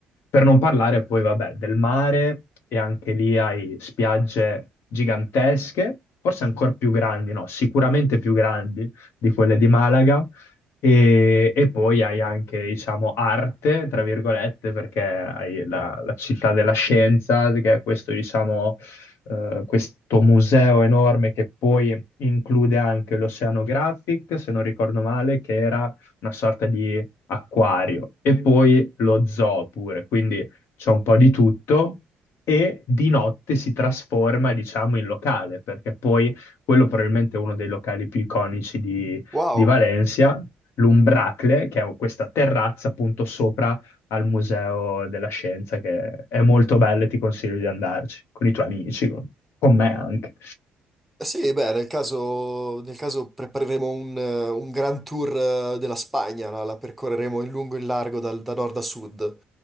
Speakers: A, on the left (about 70°); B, in the centre.
A: per non parlare poi, vabbè, del mare e anche lì hai spiagge gigantesche, forse ancora più grandi, no, sicuramente più grandi di quelle di Malaga. E, e poi hai anche, diciamo, arte, tra virgolette, perché hai la, la città della scienza, che è questo, diciamo, eh, questo museo enorme che poi include anche l'Oceanographic, se non ricordo male, che era una sorta di acquario, e poi lo zoo pure, quindi c'è un po' di tutto. E di notte si trasforma, diciamo, in locale, perché poi quello probabilmente è uno dei locali più iconici di,
B: Wow,
A: di Valencia, l'Umbracle, che è questa terrazza appunto sopra al Museo della Scienza, che è molto bello e ti consiglio di andarci, con i tuoi amici, con, con me anche.
B: Eh Sì, beh, nel caso, nel caso prepareremo un, eh, un gran tour eh, della Spagna, la, la percorreremo in lungo e in largo dal- da nord a sud.